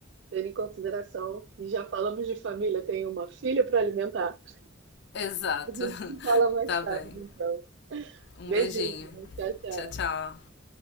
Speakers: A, on the right (about 65°); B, on the left (about 60°).
A: tendo em consideração que já falamos de família, tenho uma filha para alimentar.
B: Exato.
A: A gente se fala
B: <laughs>
A: mais
B: tá
A: tarde,
B: bem.
A: então.
B: Um
A: Beijinho,
B: beijinho.
A: tchau, tchau.
B: Tchau, tchau.